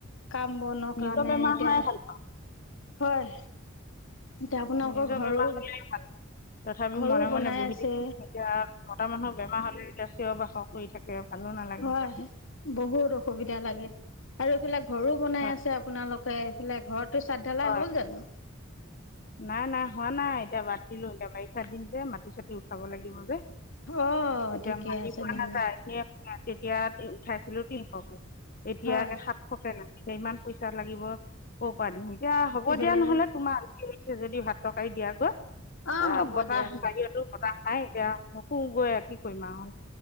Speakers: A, on the left; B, on the left.
A: কাম বনৰ
B: নিজৰ
A: কাৰণে
B: বেমাৰ
A: এতিয়া
B: হোৱাই ভাল পাওঁ
A: হয় এতিয়া আপোনালোকৰ
B: নিজৰ
A: ঘৰো
B: বেমাৰ হ'লে ভাল তথাপিও
A: ঘৰো
B: মনে
A: বনাই
B: মনে বহি
A: আছে
B: থাকিম এতিয়া মতা মানুহ বেমাৰ হ'লে এতিয়া চিঞৰ বাখৰ কৰি থাকে। ভালো নালাগে
A: হয়
B: দিয়াচোন
A: বহুত অসুবিধা লাগে আৰু এইফালে ঘৰো বনাই
B: হয়
A: আছে আপোনালোক এইফালে ঘৰটো চাদ ঢালাই
B: হয়
A: হ'ল জানো
B: নাই নাই হোৱা নাই এতিয়া বাদ দিলো এতিয়া বাৰিষা দিন যে মাটি চাটি উঠাব লাগিব যে
A: অ
B: এতিয়া
A: ঠিকে
B: মাতি
A: আছে
B: পোৱা
A: নহ'লে
B: নাযায় এ তেতিয়া উঠাইছিলো এতিয়া
A: হয়
B: একে সাতশকে লাগে ইমান পইচা লাগিব কৰ পা দিম এতিয়া হ'ব
A: এইফালে
B: দিয়া নহ'লে, তোমাক দেৰি হৈছে যদি ভাত তৰকাৰী দিয়া গৈ।
A: অ
B: এ
A: হ'ব
B: বতাহ
A: দিয়া
B: বাহিৰতো বতাহ নাই এতিয়া শুগৈ আৰু কি কৰিম আৱ।